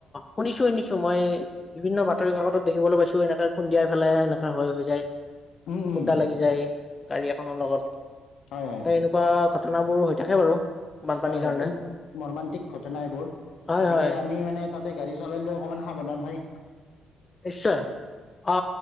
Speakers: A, on the left (about 30°); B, on the left (about 75°).
A: শুনিছো শুনিছো মই বিভিন্ন বাতৰি কাকত দেখিবলৈ পাইছো এনেকে খুন্দিয়াই ফেলাই এনেকা হয় হৈ যায়
B: উম উম
A: খুন্দা লাগি যায় গাড়ী এখনৰ লগত
B: হয় হয়
A: সেই এনেকুৱা ঘটনা ঘটনাবোৰ হৈ থাকে বাৰু বানপানীৰ
B: হয় হয়
A: কাৰণে
B: বহুত মৰ্মান্তিক ঘটনা এইবোৰ
A: হয়
B: গতিকে
A: হয়
B: আমি মানে তাতে গাড়ী চলালেও অকনমান সাৱধান হয়
A: নিশ্চয় অ